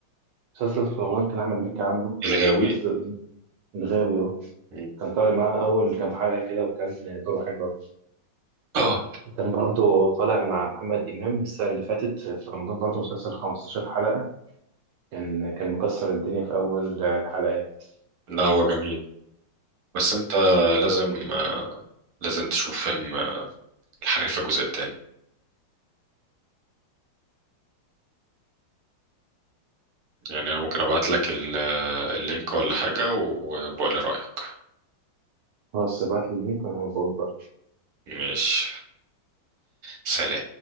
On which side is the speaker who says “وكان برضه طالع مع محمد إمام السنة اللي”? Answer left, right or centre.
Right